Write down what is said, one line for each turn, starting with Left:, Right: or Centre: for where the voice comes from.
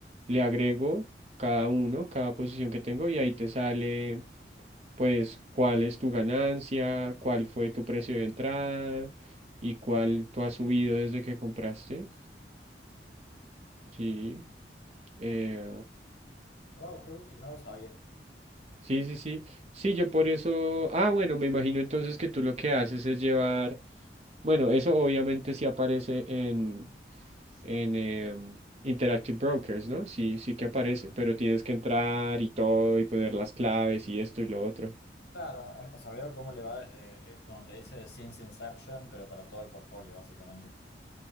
Right: le agrego cada uno, cada posición que tengo y ahí te sale. pues cuál es tu ganancia, cuál fue tu precio de entrada y cuál tú has subido desde que compraste. Sí, eh,
Left: Wow, qué útil, no lo sabía.
Right: sí, sí, sí. Sí, yo por eso, ah, bueno, me imagino entonces que tú lo que haces es llevar, bueno, eso obviamente sí aparece en, en em, Interactive Brokers, ¿no? Sí, sí que aparece, pero tienes que entrar y todo y poner las claves y esto y lo otro.
Left: Claro, eh, o sea, veo cómo le va desde, eh, cuando te dice Since Inception, pero para todo el portfolio, básicamente.